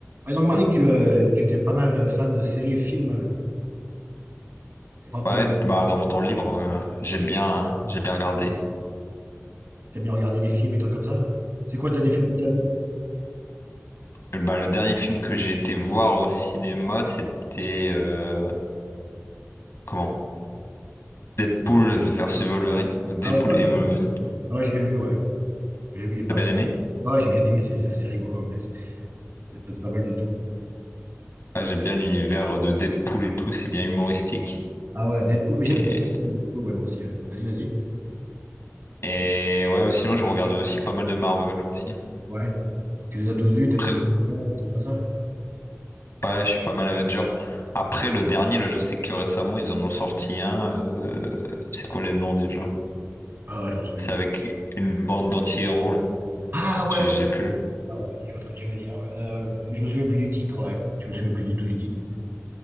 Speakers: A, on the right; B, on the left.
A: Ouais, donc, Marc, tu euh, tu étais pas mal euh, fan de séries et films. hein. C'est pas pour
B: Ouais,
A: de.
B: bah, dans mon temps libre, euh, j'aime
A: hein.
B: bien, hein, j'aime bien regarder.
A: T'aimes bien regarder des films et trucs comme ça? C'est quoi le dernier film que tu as vu?
B: Bah, le dernier film que j'ai été voir au cinéma, c'était euh, comment? Deadpool versus Wolverine, ou Deadpool
A: Ah ouais, c'est pas mal.
B: et Wolverine.
A: Ah Ouais, je l'ai vu, ouais. J'ai vu, il est pas
B: T'as bien
A: mal.
B: aimé?
A: Ah Ouais, j'ai bien aimé, c'est c'est assez rigolo en plus. C'est c'est pas mal du tout. C'est
B: Ouais,
A: pas
B: j'aime
A: mal.
B: bien l'univers de Deadpool et tout, c'est bien humoristique.
A: Ah ouais, Deadpool. J'aime
B: Et,
A: c'est pour ça que j'aime Deadpool, ouais, moi aussi. ouais. Vas-y, vas-y.
B: et ouais, ou sinon, je regarde aussi pas mal de Marvel aussi.
A: Ouais. Tu les as tous vus, t'as
B: Après-
A: vu les Avengers, des trucs comme ça?
B: ouais, je suis pas mal Avenger. Après, le dernier, là, je sais que récemment, ils en ont sorti un. euh, c'est quoi les noms déjà?
A: Ah, ouais, je me souviens.
B: C'est
A: plus.
B: avec une bande d'anti-héros, là.
A: Ah ouais,
B: J'ai
A: ouais,
B: j'ai plus.
A: ouais, ouais, je vois ce que tu veux dire. ouais. Euh, mais je me souviens plus du titre, ouais. Je me souviens plus du tout du titre.